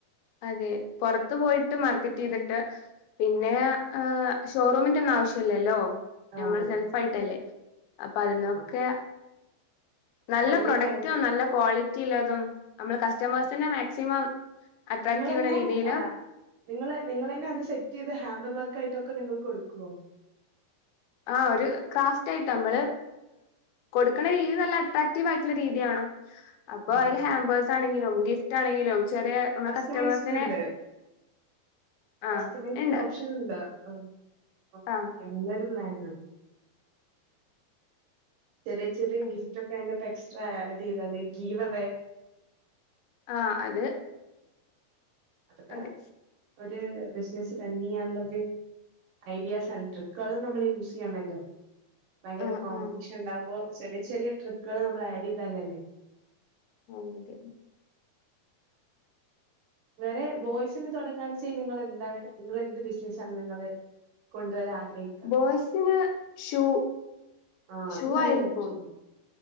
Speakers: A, on the left (about 85°); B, on the right (about 75°).
A: അതെ പുറത്ത് പോയിട്ട് മാർക്കറ്റ് ചെയ്തിട്ട് പിന്നെ ആഹ് ഷോറൂമിന്റെ ഒന്നും ആവശ്യല്ലല്ലോ
B: ആഹ്
A: നമ്മള് സെൽഫ ആയിട്ടല്ലേ അപ്പൊ അതിനന്നൊക്കെ
B: ആഹ്
A: നല്ല
B: ഓൺലൈനായിട്ട്
A: പ്രൊഡക്റ്റ നല്ല ക്വാളിറ്റില്ലതും നമ്മള് കസ്റ്റമേഴ്സിന്റെ
B: ആഹ്
A: മാക്സിമം അട്രാക്ട്
B: നിങ്ങളെങ്ങനെ
A: ചെയ്യണ രീതിയില്
B: ആഹ് നിങ്ങള നിങ്ങ തന്നെ അത് സെറ്റ് ചെയ്ത് ഹാമ്പർ വർക്ക് ആയിട്ടൊക്കെ നിങ്ങൾ കൊടുക്കുവോ
A: ആഹ് ഒരു ക്രാഫ്റ്റ് ആയിട്ട് നമ്മള് കൊടുക്കണ രീതി നല്ല അട്രാക്റ്റീവ് ആയിട്ടുള്ള രീതിയാണോ അപ്പൊ
B: ആഹ്
A: അതില് ഹാമ്പേഴ്സ് ആണെങ്കിലും ഗിഫ്റ്റ് ആണെങ്കിലും ചെറിയ നമ്മളെ
B: കസ്റ്റമൈസ്ണ്ട്
A: കസ്റ്റമേഴ്സിനെ ആഹ്
B: കറ്റമൈ
A: ഇണ്ട്
B: ഓപ് ഓെ
A: ആഹ്
B: നല്ലൊരു പ്ലൻ ആണ് ചെറിയ ചെറിയ
A: ഉം
B: ഗിഫ്റ്റ് ഒക്കെതി്ൊ എക്സ്ട്രാ ആഡ് ചെയ്തെ ഗീവ് അവേ
A: ആഹ് അത്
B: അതൊക്കെ
A: അതെ
B: ഒരു ബിസിനസ് റണ് ചെയ്യാനുള്ളര് ഐഡിയാസ് ആണ് ട്രിക്കുകളും നമ്മള് യൂസ് ചെയ്യണല്ലോ ഭയങ്കര
A: ആഹ്
B: കോമ്പറ്റീഷൻ
A: ആഹ്
B: ഉണ്ടാവുമ്പോ ചെറിയ ചെറിയ ട്രിക്കുകൾ നമ്മൾ ആഡ് ചെയ്താലല്ലേ
A: അതെ
B: വേറെ ബോയ്സിന് തുടങ്ങുകന്ന് വെച്ച നിങ്ങ എന്താണ് നിങ്ങ എന്ത് ബിസിനസ ആാണ് നിങ്ങള് കൊണ്ടുവരാ ആഗ്രഹിക്കും
A: ബോയ്സിന് ഷൂ
B: ആഹ്
A: ഷൂ
B: അത് നല്ലരു
A: ആയിരിക്കും
B: ഓപ്ഷനാ